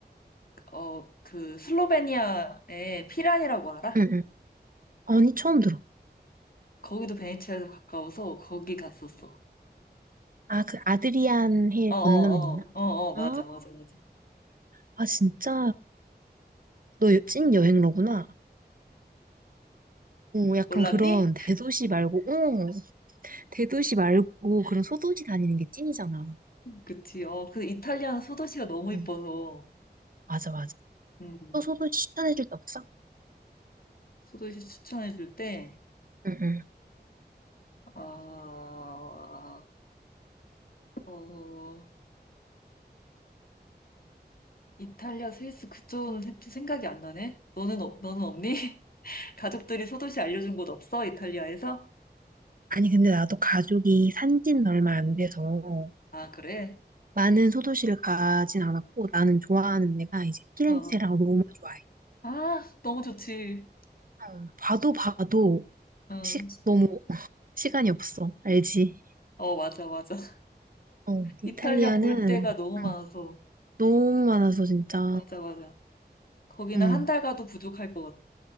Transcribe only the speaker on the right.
응, 응. 아니, 처음 들어.
아, 그 아드리안 해
건너면 있나?
아,
아, 진짜. 너 찐 여행러구나. 어, 약간
그런 대도시 말고, 어, 대도시 말고 그런 소도시 다니는 게 찐이잖아.
어.
맞아, 맞아.
또 소도시 추천해줄 데 없어?
응, 응.
아니, 근데 나도 가족이 산지는 얼마 안 돼서
많은 소도시를 가진 않았고, 나는 좋아하는 데가 이제 피렌체랑
로마 좋아해.
어, 봐도 봐도
시, 너무 시간이 없어. 알지?
어, 이탈리아는
응, 너무 많아서 진짜,
응,